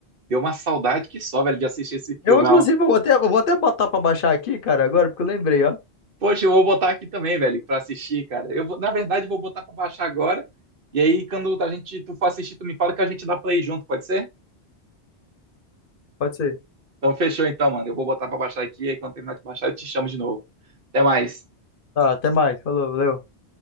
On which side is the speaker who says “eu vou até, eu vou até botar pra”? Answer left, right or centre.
Left